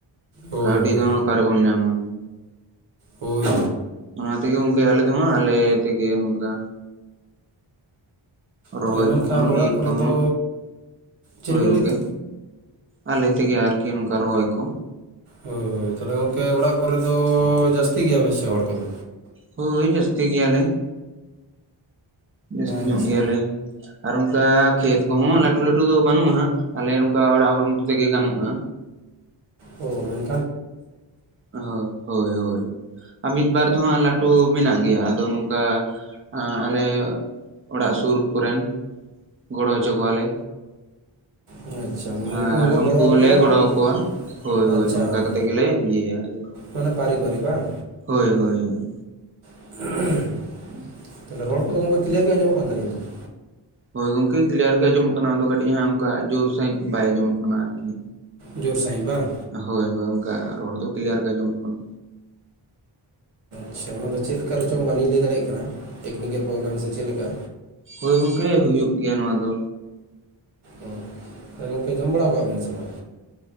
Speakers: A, on the right; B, on the right.
A: ᱦᱳᱭ
B: ᱠᱟᱹᱣᱰᱤ
A: ᱦᱳᱭ
B: ᱫᱚ ᱦᱟᱸᱜ ᱚᱠᱟᱨᱮ ᱵᱚᱱ ᱧᱟᱢᱟ
A: ᱦᱳᱭ
B: ᱚᱱᱟ ᱛᱮᱜᱮ ᱜᱚᱝᱠᱮ ᱟᱞᱮ ᱫᱚᱦᱟᱸᱜ ᱟᱞᱮ ᱛᱮᱜᱮ ᱱᱚᱝᱠᱟ ᱨᱚᱦᱚᱭ
A: ᱛᱟᱦᱚᱞᱮ ᱢᱮᱱᱠᱷᱟᱱ
B: ᱠᱚᱦᱚᱸ
A: ᱚᱲᱟᱜ
B: ᱤᱨ
A: ᱠᱚᱨᱮ
B: ᱠᱚᱦᱚᱸ
A: ᱫᱚ ᱪᱮᱫ
B: ᱦᱳᱭ
A: ᱵᱤᱱ
B: ᱜᱚᱝᱠᱮ
A: ᱞᱟᱹᱭᱫᱟ
B: ᱟᱞᱮ ᱛᱮᱜᱮ ᱟᱨᱠᱤ ᱱᱚᱝᱠᱟ ᱨᱚᱦᱚᱭ ᱠᱚ
A: ᱦᱳᱭ ᱛᱟᱦᱚᱞᱮ ᱜᱚᱝᱠᱮ ᱚᱲᱟᱜ ᱠᱚᱨᱮ ᱫᱚ ᱡᱟᱹᱥᱛᱤ ᱜᱮᱭᱟᱵᱮᱱ ᱥᱮ ᱦᱚᱲ ᱠᱚᱫᱚ
B: ᱦᱳᱭ ᱡᱟᱹᱥᱛᱤ ᱜᱮᱭᱟᱞᱮ ᱡᱟᱹᱥᱛᱤ ᱧᱚᱜ
A: ᱟᱪᱪᱷᱟ
B: ᱜᱮᱭᱟᱞᱮ ᱟᱨ ᱚᱱᱠᱟ ᱠᱷᱮᱛ ᱠᱚᱦᱚᱸ ᱞᱟᱹᱴᱩ ᱞᱟᱹᱴᱩ ᱫᱚ ᱵᱟᱹᱱᱩᱜᱼᱟ ᱦᱟᱸᱜ ᱟᱞᱮ ᱱᱚᱝᱠᱟ ᱚᱲᱟᱜ ᱦᱚᱲ ᱢᱚᱛᱚ ᱛᱮᱜᱮ ᱜᱟᱱᱚᱜᱼᱟ
A: ᱳ ᱢᱮᱱ
B: ᱦᱮᱸ ᱦᱳᱭ ᱦᱳᱭ ᱟᱨ ᱢᱤᱫ ᱵᱟᱨ ᱫᱚᱦᱟᱸᱜ ᱞᱟᱹᱴᱩ ᱢᱮᱱᱟᱜ ᱜᱮᱭᱟ ᱟᱫᱚ ᱱᱚᱝᱠᱟ ᱟᱸᱟᱞᱮ ᱚᱲᱟᱜ ᱥᱩᱨ ᱠᱚᱨᱮᱱ ᱜᱚᱲᱚ ᱦᱚᱪᱚ ᱠᱚᱣᱟᱞᱮ᱾
A: ᱟᱪᱪᱷᱟ ᱢᱟᱱᱮ
B: ᱟᱨ
A: ᱦᱚᱸᱠᱚ
B: ᱩᱱᱠᱩ
A: ᱜᱚᱲᱚ ᱟᱯᱮᱭᱟ
B: ᱦᱚᱸᱞᱮ ᱜᱚᱲᱚ
A: ᱟᱨ
B: ᱟᱠᱚᱣᱟ᱾ ᱦᱳᱭ ᱦᱳᱭ
A: ᱟᱪᱪᱷᱟ
B: ᱚᱱᱠᱟ
A: ᱚᱱᱟ
B: ᱠᱟᱛᱮ ᱜᱮᱞᱮ ᱤᱭᱟᱹᱭᱟ ᱟᱞᱮ ᱫᱚ
A: ᱢᱟᱱᱮ ᱯᱟᱹᱨᱤ ᱯᱟᱹᱨᱤ ᱵᱟᱝ
B: ᱦᱳᱭ ᱦᱳᱭ ᱦᱳᱭ᱾
A: ᱦ <unintelligible>
B: ᱦᱮᱸ <inaudible>
A: ᱨᱚᱲ ᱠᱚᱫᱚ ᱜᱚᱝᱠᱮ ᱠᱞᱤᱭᱟᱨ ᱜᱮ ᱟᱡᱚᱢ ᱚᱜ ᱠᱟᱱ ᱛᱟᱞᱤᱧᱟ ᱛᱚ
B: ᱦᱳᱭ ᱜᱚᱝᱠᱮ ᱠᱞᱤᱭᱟᱨ ᱜᱮ ᱟᱸᱚᱢᱚᱜ ᱠᱟᱱᱟ ᱟᱫᱚ ᱠᱟᱹᱴᱤᱡ ᱦᱟᱸᱜ ᱚᱱᱠᱟ ᱡᱳᱨ ᱥᱟᱺᱦᱤᱡ ᱵᱟᱭ ᱟᱸᱡᱚᱢᱚᱜ ᱠᱟᱱᱟ ᱟᱨᱠᱤ᱾
A: ᱡᱳᱨ ᱥᱟᱺᱦᱤᱡ ᱵᱟᱝ
B: ᱦᱳᱭ ᱦᱳᱭ ᱚᱱᱠᱟ ᱨᱚᱲ ᱫᱚ ᱠᱞᱤᱭᱟᱨ ᱜᱮ ᱟᱡᱚᱢ ᱚᱜ ᱠᱟᱱᱟ
A: ᱟᱪᱷᱟ ᱚᱱᱟ ᱫᱚ ᱪᱮᱫ ᱞᱮᱠᱟ ᱨᱮᱪᱚᱝ ᱵᱟᱞᱤᱧ ᱞᱟᱹᱭ ᱫᱟᱲᱮᱭᱟᱜ ᱠᱟᱱᱟ ᱴᱮᱠᱱᱤᱠᱮᱞ ᱯᱨᱚᱵᱽᱞᱮᱢ ᱥᱮ ᱪᱮᱫ ᱞᱮᱠᱟ
B: ᱦᱳᱭ ᱜᱚᱝᱠᱮ ᱦᱩᱭᱩᱜ ᱜᱮᱭᱟ ᱱᱚᱣᱟ ᱫᱚ
A: ᱚ <inaudible> ᱛᱟᱦᱚᱞᱮ ᱜᱚᱢᱠᱮ ᱡᱚᱢ ᱵᱟᱲᱟ ᱠᱚᱣᱟᱵᱤᱱ ᱥᱮ ᱵᱟᱝ